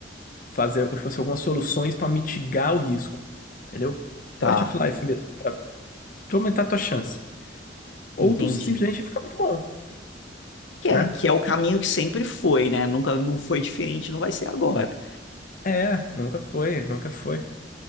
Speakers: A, on the left (about 45°); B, on the left (about 85°).
A: fazer, tipo assim, algumas soluções pra mitigar o risco, entendeu?
B: tá,
A: Quality of life mesmo. tu aumentar a tua chance. Ou
B: entendi.
A: tu simplesmente fica muito bom,
B: Que é,
A: né?
B: que é o caminho que sempre foi, né? Nunca não foi diferente, não vai ser agora.
A: É, nunca foi, nunca foi.